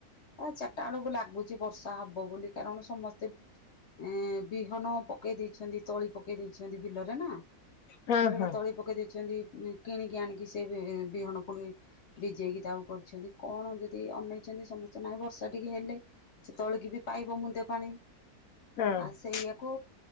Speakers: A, on the left (about 45°); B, on the left (about 65°).
A: ଚାରଟା ଆଳୁ ଗୁଲା ବର୍ଷା ହବ ବୋଲି କାରଣ ସମସ୍ତେ ଏଁ ବିହନ କଣ ପକେଇ ଦେଇଛନ୍ତି ତଳି ପକେଇ ଦେଇଛନ୍ତି ବିଲରେ ନା
B: ହଁ
A: ବିଲରେ
B: ହଁ
A: ତଳି ପକେଇ ଦେଇଛନ୍ତି କିଣିକି ଆଣିକି ସେ ବି-ଵିହନ ପୁଣି ଭଜେଇକି ତାକୁ କରିଛନ୍ତି କଣ ଯଦି ଅନେଇଛନ୍ତି ସମ ନାଇଁ ବର୍ଷା ଟିକେ ହେଲେ ସେ ତଳିକି ବି ପାଇବ ମୁନ୍ଦେ ପାଣି।
B: ହଁ
A: ଆ ସେଇଆକୁ